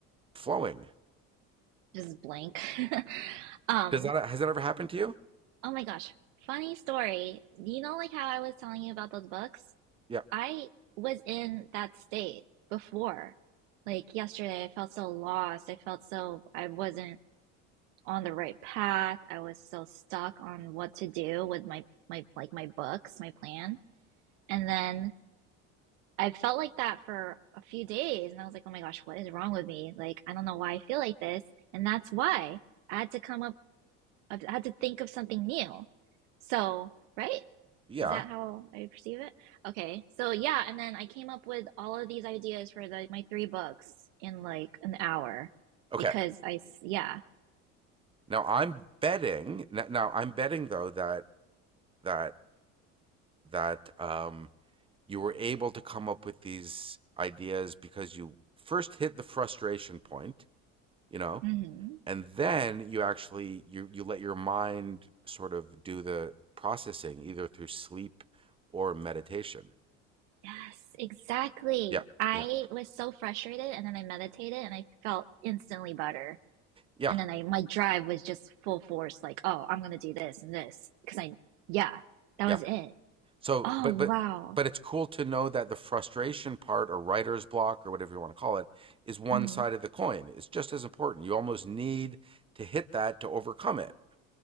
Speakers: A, on the right (about 15°); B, on the right (about 75°).
A: flowing.
B: Just blank. <laughs> Um,
A: Does that has that ever happened to you?
B: oh my gosh. Funny story. You know, like how I was telling you about those books?
A: Yeah,
B: I was in that state before. Like yesterday, I felt so lost. I felt so I wasn't on the right path. I was so stuck on what to do with my my like my books, my plan. And then I felt like that for a few days and I was like, "Oh my gosh, what is wrong with me? Like, I don't know why I feel like this." And that's why I had to come up I had to think of something new. So, right?
A: yeah.
B: Is that how I perceive it? Okay. So yeah, and then I came up with all of these ideas for the my three books in like an hour
A: Okay.
B: because I s- yeah.
A: Now I'm betting. Now I'm betting though that that that um, you were able to come up with these ideas because you first hit the frustration point you know
B: hmm
A: and then you actually you you let your mind sort of do the processing either through sleep or meditation
B: Yes, exactly.
A: yeah
B: I
A: yeah
B: was so frustrated and then I meditated and I felt instantly better.
A: yeah
B: And then I my drive was just full force like, oh, I'm gonna do this and this because I yeah, that
A: yeah
B: was it.
A: so
B: Oh
A: but
B: wow.
A: but but it's cool to know that the frustration part or writer's block or whatever you want to call it is one
B: hmm
A: side of the coin it's just as important you almost need to hit that to overcome it